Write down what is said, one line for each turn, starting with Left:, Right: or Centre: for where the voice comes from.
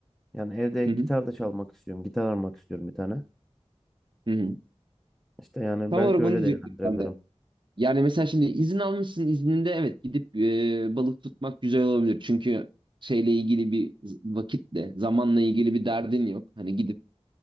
Centre: Yani evde
Right: hı
Centre: gitar
Right: hı.
Centre: da çalmak istiyorum. Gitar almak istiyorum bir tane.
Right: hı hı.
Centre: İşte yani
Right: Tam
Centre: belki
Right: olarak
Centre: öyle
Right: onu diyecektim
Centre: değerlendirebilirim.
Right: ben de. Yani mesela şimdi izin almışsın izninde evet gidip e, balık tutmak güzel olabilir. Çünkü şeyle ilgili bir z- vakitle, zamanla ilgili bir derdin yok. Hani gidip